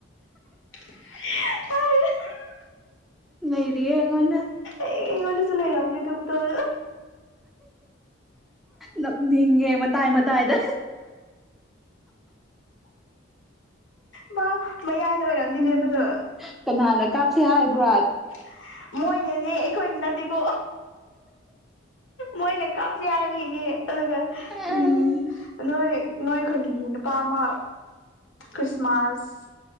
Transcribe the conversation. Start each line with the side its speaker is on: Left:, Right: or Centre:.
Left: <unintelligible>
Centre: ꯅꯩꯔꯤꯌꯦ ꯑꯩꯉꯣꯟꯗ
Left: ꯑꯩ ꯑꯩꯉꯣꯟꯗꯁꯨ ꯂꯩꯔꯝꯅꯤ ꯑꯗꯨ ꯐꯣꯇꯣꯗꯨ
Centre: ꯅꯞꯅꯤꯡꯉꯦ ꯃꯠ ꯃꯇꯥꯏ ꯃꯇꯥꯏꯗ
Left: ꯃꯥ ꯃꯌꯥꯏꯗ ꯑꯣꯏꯔꯝꯅꯤ
Centre: ꯎꯝ
Left: ꯂꯦꯞꯄꯗꯣ
Centre: ꯀꯅꯥꯅ ꯀꯥꯞꯁꯦ ꯍꯥꯏꯕ꯭ꯔꯣ
Left: <inaudible> ꯃꯣꯏꯅꯅꯦ ꯑꯩꯈꯣꯏꯅ ꯅꯠꯇꯦꯀꯣ ꯃꯣꯏꯅ ꯀꯥꯞꯁꯦ ꯍꯥꯏꯕꯒꯤꯅꯦ ꯑꯗꯨꯒ
Centre: ꯑꯥ
Left: ꯎꯝ ꯅꯣꯏ ꯅꯣꯏ ꯈꯨꯟꯒꯤ ꯅꯨꯄꯥ ꯑꯃ ꯈ꯭ꯔꯤꯁꯃꯥꯁ